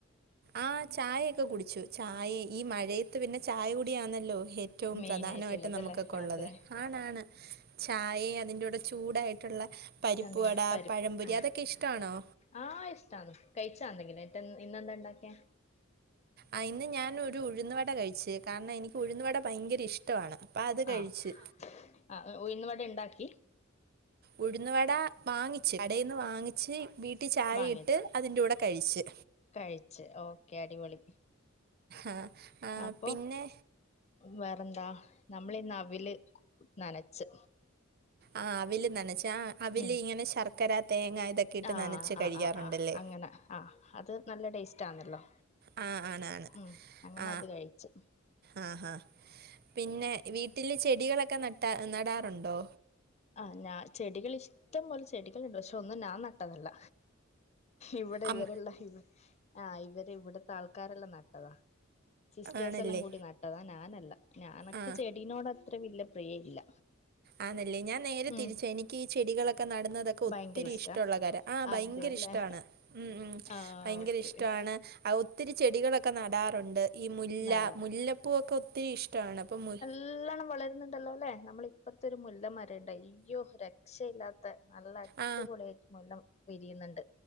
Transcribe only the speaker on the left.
മെയിൻ
ആയിട്ടുള്ളതല്ലേ
അതെ
എന്തെങ്കിലും പരിപ്പ്
ആഹ്
ആഹ് ഇഷ്ട്ടാണ് കഴിച്ച എന്തെങ്കിലും ആയിട്ട് ഇന്നെന്താ ഉണ്ടാക്കിയെ
ആഹ് ആഹ് ഉഴുന്ന് വട ഇണ്ടാക്കി
വാങ്ങിച്ച്
കഴിച്ച് ഓക്കെ അടിപൊളി
അപ്പൊ
വേറെന്താ നമ്മളിന്ന് അവില് നനച്ച്
ഉം
ആഹ്
ആഹ്
ആഹ് ആഹ് അങ്ങനെ ആഹ് അത് നല്ല ടേസ്റ്റ് ആന്നല്ലോ
ഉം അങ്ങനെ
അത് കഴിച്ച്
ആഹ് ഞാൻ ചെടികൾ ഇഷ്ടം പോലെ ചെടികളുണ്ട് പക്ഷെ ഒന്നും ഞാൻ നട്ടതല്ല ഇവിടെ
ഇവരെല്ല ഇവ ആഹ് ഇവര് ഇവിടത്തെ ആൾക്കാരെല്ലാം നട്ടതാ സിസ്റ്റേഴ്സ്
എല്ലാം കൂടി നട്ടതാ ഞാനല്ല ഞാ എനക്ക്
ചെടിനോട് അത്ര വല്യ പ്രിയ ഇല്ല
ഉം
ഭയങ്കര ഇഷ്ടാ
അതെല്ലേ
ആഹ്
ഓക്കെ
നടാറ്
നല്ലോണം വളരുന്ന്ണ്ടല്ലോ ല്ലെ നമ്മളെ ഇപ്പറ്ത്തെ ഒരു മുല്ലമരം ഇണ്ടേനി അയ്യോ രക്ഷയില്ലാത്ത നല്ല അടിപൊളി
ആയിട്ട് മൂല്ല വിരിയുന്നുണ്ട്